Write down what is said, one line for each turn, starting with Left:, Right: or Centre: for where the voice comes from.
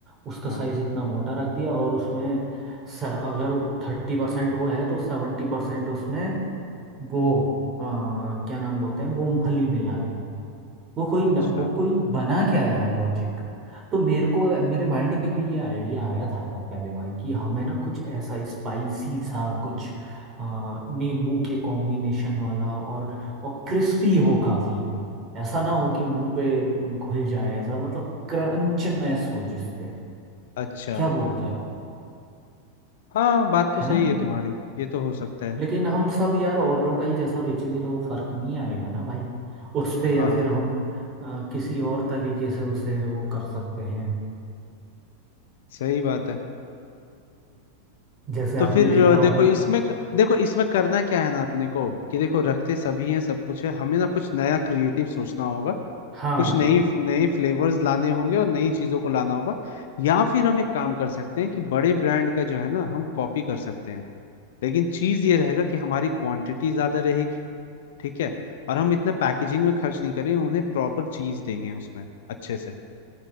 Right: उसका
Left: हाँ
Right: साइज इतना मोटा रख दिया और उसमें स- अगर थर्टी परसेंट वो है तो सेवेंटी परसेंट उसमें वो अ, क्या नाम बोलते हैं मूंगफली मिला दी वो कोई न,
Left: अच्छा
Right: वो कोई बना क्या यार लॉजिक तो मेरे को मेरे माइंड पे भी ये आइडिया आया था यार पहले भाई कि हमें ना कुछ ऐसा स्पाइसी सा कुछ आ, नींबू के कॉम्बिनेशन वाला और और क्रिस्पी हो काफी ऐसा ना हो कि मुंह पे घुल जाए ऐसा मतलब क्रंचनेस हो जिस पे
Left: अच्छा
Right: क्या बोलते हो
Left: हाँ बात तो
Right: है
Left: सही
Right: ना
Left: है तुम्हारी ये तो हो सकता है
Right: लेकिन हम सब यार औरों का ही जैसा बेचेंगे तो वो फर्क नहीं आएगा ना भाई उस पे या
Left: हाँ
Right: फिर हम आ, किसी और तरीके से उसे वो कर सकते हैं
Left: सही बात है
Right: जैसे
Left: तो
Right: आपने
Left: फिर
Right: देखा
Left: अ,
Right: होगा
Left: देखो
Right: ना
Left: इसमें देखो इसमें करना क्या है ना अपने को कि देखो रखते सभी हैं सब कुछ है हमें ना कुछ नया क्रिएटिव सोचना होगा
Right: हाँ
Left: कुछ नई नए फ्लेवर्स लाने होंगे और नई चीजों को लाना होगा या फिर हम एक काम कर सकते हैं कि बड़े ब्रांड का जो है ना हम कॉपी कर सकते हैं लेकिन चीज ये रहेगा कि हमारी क्वांटिटी ज्यादा रहेगी ठीक है और हम इतना पैकेजिंग में खर्च नहीं करेंगे उन्हें प्रॉपर चीज देंगे उसमें अच्छे से